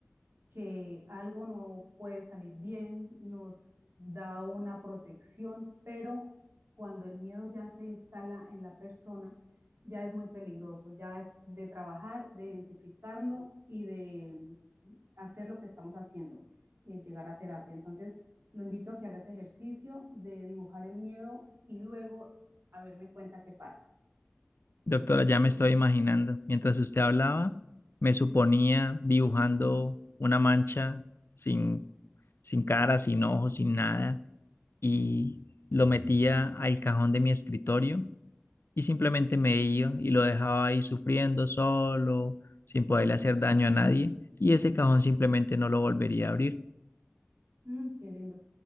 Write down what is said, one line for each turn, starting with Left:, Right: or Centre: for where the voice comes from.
Right: que algo no puede salir bien, nos da una protección, pero cuando el miedo ya se instala en la persona, ya es muy peligroso, ya es de trabajar, de identificarlo y de hacer lo que estamos haciendo, de llegar a terapia. Entonces, lo invito a que haga ese ejercicio de dibujar el miedo y luego a verme cuenta qué pasa.
Left: Doctora, ya me estoy imaginando. Mientras usted hablaba, me suponía dibujando una mancha sin, sin cara, sin ojos, sin nada, y lo metía al cajón de mi escritorio y simplemente me iba y lo dejaba ahí sufriendo solo, sin poderle hacer daño a nadie, y ese cajón simplemente no lo volvería a abrir.
Right: Mm, qué lindo.